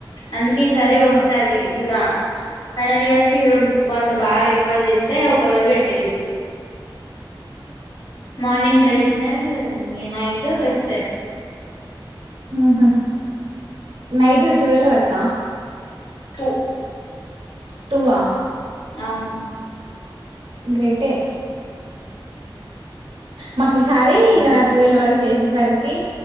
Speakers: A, on the left; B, on the right.
A: అందకే ఈ
B: హుహు.
A: సారి ఒకసారి ఈగ ఫైనల్ ఇయర్స్ కి వాళ్ళు బాగా రిక్వెస్ట్ చేస్తే ఒక రోజు పెట్టేళ్ళు, మార్నింగ్
B: హ్మ్.
A: ట్రెడిషనల్ నైట్ వెస్టర్న్
B: హ్మ్ హు నైట్ ట్వెల్ అక్క
A: పు
B: టూ ఆ
A: అవును
B: గ్రేటే మాకు ఈసారి
A: అవును
B: ఇగ ట్వల్ వరకు జేసి సరికి